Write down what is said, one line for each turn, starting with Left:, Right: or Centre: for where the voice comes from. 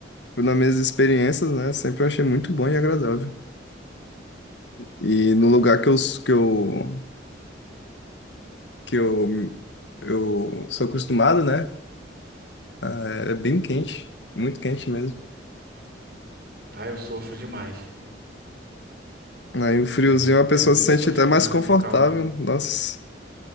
Left: nas minhas experiências, né, sempre eu achei muito bom e agradável. E no lugar que eu, que eu, que eu, eu sou acostumado, né, ah, é bem quente, muito quente mesmo.
Right: Ah, eu sofro demais.
Left: Aí o friozinho
Right: É muito,
Left: a pessoa
Right: é muito
Left: se sente
Right: sofrimento
Left: até mais confortável.
Right: no calor.
Left: Nossa,